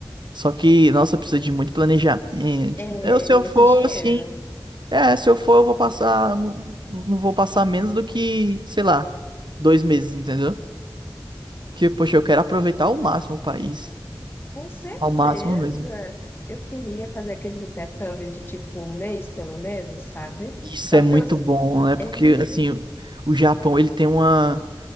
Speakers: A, on the right (about 70°); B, on the left (about 25°).
A: Só que, nossa, precisa de muito planejamento.
B: É
A: Eu, se eu
B: muito
A: for,
B: dinheiro.
A: assim. É, se eu for, eu vou passar. Não, não vou passar menos do que, sei lá, dois meses, entendeu? Que, poxa, eu quero aproveitar ao máximo o país.
B: Com certeza,
A: Ao máximo mesmo.
B: eu queria fazer aquele intercâmbio de tipo um mês, pelo menos, sabe?
A: Isso
B: Só
A: é
B: para
A: muito
B: eu,
A: bom, né? Porque,
B: é,
A: assim, o Japão, ele tem uma.